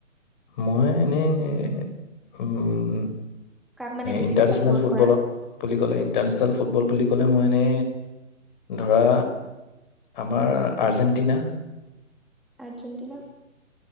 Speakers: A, on the left (about 35°); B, in the centre.
A: মই এনেই, উম
B: কাক মানে বেছিকে
A: ইণ্টাৰনেচনেল
B: চাপৰ্ট
A: ফুটবলত
B: কৰা?
A: বুলি ক'লে, ইণ্টাৰনেচনেল ফুটবল বুলি ক'লে! এটা মইনে ধৰা, আমাৰ আজেণ্টিনা
B: আৰ্জেণ্টিনা?